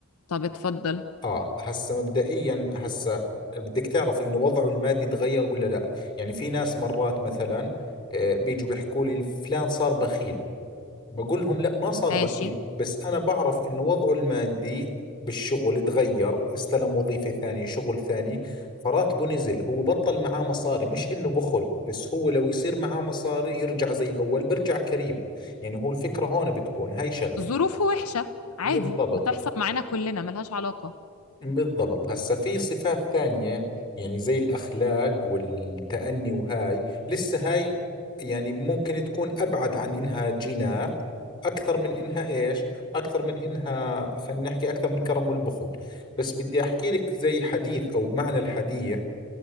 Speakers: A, on the left (about 70°); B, on the left (about 20°).
A: طب اتفضل
B: اه هسه مبدئيا هسه بدك تعرف انه وضعه المادي تغير ولا لا يعني في ناس مرات مثلا آه، بيجوا بيحكوا لي فلان صار بخيل بقول لهم لا ما صار
A: ماشي
B: بخيل بس انا بعرف انه وضعه المادي بالشغل تغير استلم وظيفة ثانية شغل ثاني فراتبه نزل هو بطل معاه مصاري مش انه بخل بس هو لو يصير معاه مصاري يرجع زي اول برجع كريم يعني هو الفكرة هون بتكون هاي شغلة
A: ظروفه وحشة عادي
B: بالضبط
A: بتحصل معانا كلنا ملهاش علاقة
B: بالضبط هسا في صفات ثانية يعني زي الأخلاق والتأني وهاي لسه هاي يعني ممكن تكون أبعد عن إنها جينات أكثر من إنها إيش أكثر من إنها خلينا نحكي أكثر من الكرم والبخل بس بدي أحكي لك زي حديث أو معنى الحديث